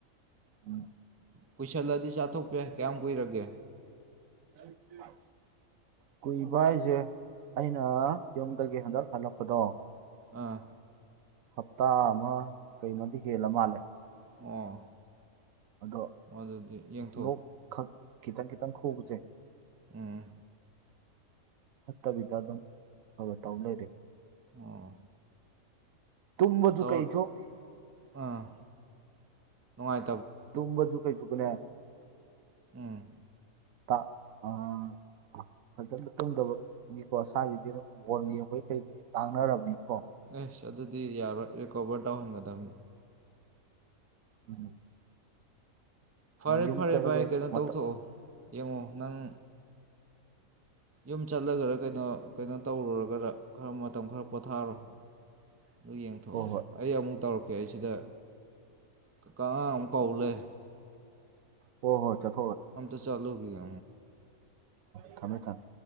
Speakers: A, on the right (about 75°); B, on the right (about 20°).
A: ꯎꯝ
B: ꯀꯨꯏꯁꯜꯂꯗꯤ ꯆꯥꯊꯣꯛꯄ ꯌꯥꯏ ꯀꯌꯥꯝ ꯀꯨꯏꯔꯒꯦ
A: <unintelligible> ꯀꯨꯏꯕ ꯍꯥꯏꯖꯦ ꯑꯩꯅ ꯌꯨꯝꯗꯒꯤ ꯍꯟꯗꯛ ꯍꯜꯂꯛꯄꯗꯣ
B: ꯑꯥ
A: ꯍꯞꯇꯥ ꯑꯃ ꯀꯩꯅꯣꯃꯗꯤ ꯍꯦꯜꯂ ꯃꯥꯜꯂꯦ
B: ꯑꯣ
A: ꯑꯗꯣ
B: ꯑꯗꯨꯗꯤ ꯌꯦꯡꯊꯣꯛꯑꯣ
A: ꯂꯣꯛ ꯈꯛ ꯈꯤꯇꯪ ꯈꯤꯇꯪ ꯈꯨꯕꯁꯦ
B: ꯎꯝ
A: ꯐꯠꯇꯕꯤꯗ ꯑꯗꯨꯝ ꯈꯥꯔ ꯈꯥꯔ ꯇꯧ ꯂꯩꯔꯦ
B: ꯑꯣ
A: ꯇꯨꯝꯕꯁꯨ
B: ꯇꯧꯔ
A: ꯀꯩꯁꯨ
B: ꯑꯥ ꯅꯨꯡꯉꯥꯏ
A: ꯇꯨꯝꯕꯁꯨ ꯀꯩꯁꯨꯒꯅꯦ
B: ꯎꯝ
A: ꯇ ꯑꯥ ꯐꯖꯅ ꯇꯨꯝꯗꯕꯅꯤꯀꯣ ꯁꯥꯥꯏꯁꯤꯗꯤ ꯑꯗꯨꯝ ꯕꯣꯜ ꯌꯦꯡꯕꯩ ꯀꯩꯒꯤ ꯂꯥꯡꯅꯔꯕꯅꯤꯅ
B: ꯑꯁ ꯑꯗꯨꯗꯤ ꯌꯥꯔꯣꯏ ꯔꯤꯀꯣꯕꯔ ꯇꯧꯍꯟꯒꯗꯕꯅꯤ
A: ꯎꯝ
B: ꯐꯔꯦ
A: ꯌꯨꯝ
B: ꯐꯔꯦ
A: ꯆꯠꯂꯒ
B: ꯚꯥꯏ ꯀꯩꯅꯣ
A: ꯃꯇꯝ
B: ꯇꯧꯊꯣꯛꯑꯣ ꯌꯦꯡꯉꯣ ꯅꯪ ꯌꯨꯝ ꯆꯠꯂꯒꯗ ꯀꯩꯅꯣ ꯀꯩꯅꯣ ꯇꯧꯔꯨꯔꯒꯗ ꯈꯥꯔ ꯃꯇꯝ ꯈꯥꯔ ꯄꯣꯊꯥꯔꯣ ꯑꯗꯨ ꯌꯦꯡꯊꯣꯛꯑꯣ
A: ꯍꯣꯏ ꯍꯣꯏ
B: ꯑꯩ ꯑꯃꯨꯛ ꯇꯧꯔꯛꯀꯦ ꯀꯦ ꯁꯤꯗ ꯀꯥꯀꯥ ꯑꯃꯨꯛ ꯀꯧ ꯂꯩꯔꯦ
A: ꯍꯣꯍꯣ ꯆꯠꯊꯣꯛ
B: ꯑꯝꯇ ꯆꯂꯨꯒꯤꯒꯦ
A: ꯊꯝꯃꯦ ꯊꯝꯃꯦ